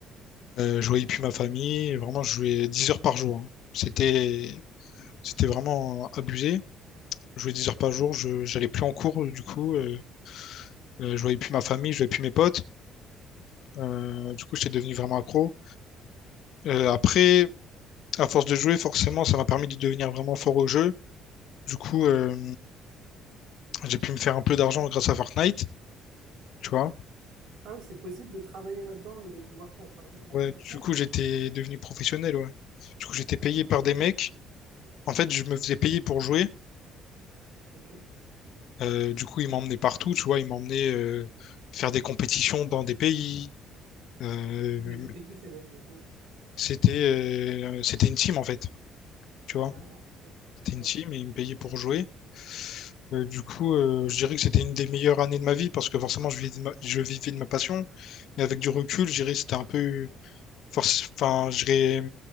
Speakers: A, on the left; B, on the right.
A: Euh, je voyais plus ma famille. Vraiment, je jouais 10 heures par jour. hein. C'était, c'était vraiment abusé. je jouais 10 heures par jour, je j'allais plus en cours du coup, euh, euh, je voyais plus ma famille, je voyais plus mes potes. Euh, du coup, j'étais devenu vraiment accro. Euh, après, à force de jouer, forcément, ça m'a permis de devenir vraiment fort au jeu. Du coup, euh, j'ai pu me faire un peu d'argent grâce à Fortnite, tu vois.
B: Ah oui, c'est possible de travailler là-dedans et de pouvoir faire de l'argent grâce
A: Ouais,
B: à Fortnite?
A: du coup, j'étais devenu professionnel, ouais. Du coup, j'étais
B: D'accord.
A: payé par des mecs. En fait, je me faisais payer pour jouer.
B: Ok.
A: Euh, du coup, ils m'emmenaient partout, tu vois. Ils m'emmenaient euh, faire des compétitions dans des pays. Euh,
B: Mais c'était qui ces mecs du coup?
A: c'était euh, c'était une team, en fait, tu vois.
B: Ah, ok. D'accord.
A: TNT, mais ils me payaient pour jouer. Euh, du coup, euh, je dirais que c'était une des meilleures années de ma vie parce que forcément, je vivais de ma, je vivais de ma passion. Mais avec du
B: Ouais,
A: recul, je dirais que c'était un peu. forc- Enfin, je dirais,